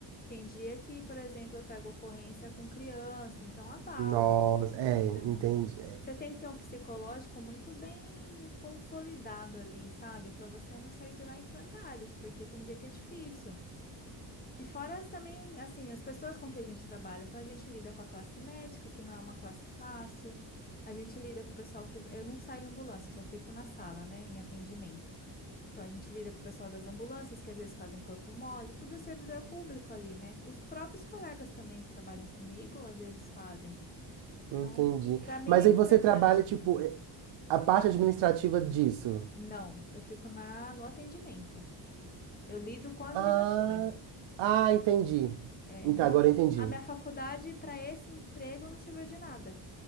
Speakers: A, on the left; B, on the right.
A: Tem dia que, por exemplo, eu pego ocorrência com criança, então abala.
B: Nossa, é,
A: É, Então,
B: entendi, é,
A: você tem que ter um psicológico muito bem consolidado ali, sabe? Para você não sair de lá em frangalhos, porque tem dia que é difícil. E fora as também, assim, as pessoas com que a gente trabalha. Então, a gente lida com a classe médica, que não é uma classe fácil. A gente lida com o pessoal que. Eu não saio em ambulância, eu só fico na sala, né, em atendimento. Então a gente lida com o pessoal das ambulâncias, que às vezes fazem corpo mole, tudo é servidor público ali, né? E os próprios colegas também que trabalham comigo, às vezes fazem.
B: entendi.
A: Então, para mim
B: Mas
A: é
B: aí você
A: estressante.
B: trabalha, tipo, é, a parte administrativa disso.
A: Não, eu fico na, no atendimento. Eu lido com as
B: Ah,
A: ligações.
B: ah, entendi.
A: É,
B: Então,
A: não,
B: agora eu entendi.
A: a minha faculdade para esse emprego não serviu de nada.